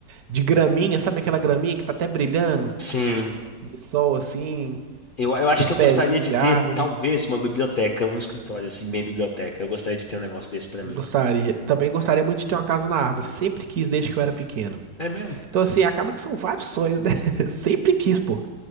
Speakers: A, on the right; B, on the left.
A: de graminha. Sabe aquela graminha que tá até brilhando?
B: sim,
A: De sol, assim,
B: eu, eu acho
A: uns
B: que eu
A: pezinhos
B: gostaria de
A: de
B: ter,
A: árvore.
B: talvez, uma biblioteca, um escritório, assim, meio biblioteca. Eu gostaria de ter um negócio desse pra mim.
A: Gostaria. Também gostaria muito de ter uma casa na árvore. Sempre quis desde que eu era pequeno.
B: É mesmo?
A: Então, assim, acaba que são vários sonhos, né? <laughs> Sempre quis, pô.